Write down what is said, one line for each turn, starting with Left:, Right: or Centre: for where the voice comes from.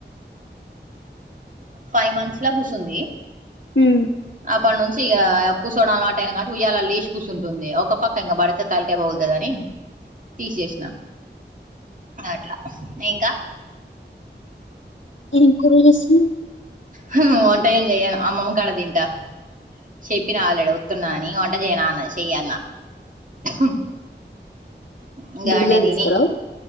Right: ఫైవ్ మంత్స్ ల కూసుంది
Left: ఉమ్
Right: అప్పట్నుంచి ఇగ కూసోవడం అలవాటయినా నాచు ఉయాలా లేశ్ కూసున్టుంది ఇగ ఒక పక్క ఇంకా బడత తళకాయ పగులుతదని తీషేశిన అట్లా ఇంకా
Left: ఏమ్ కూర జెస్తున్నవ్
Right: హు వంటెం చెయను అమ్మమ్మ కాడ తింటా, శెప్పిన ఆల్రెడీ వత్ తున్నాని వంట జెయన అన్నది షెయ్యన్న ఉమ్ ఇంగ
Left: దుడుగాని
Right: ఆయన దిని
Left: తీసుకురావు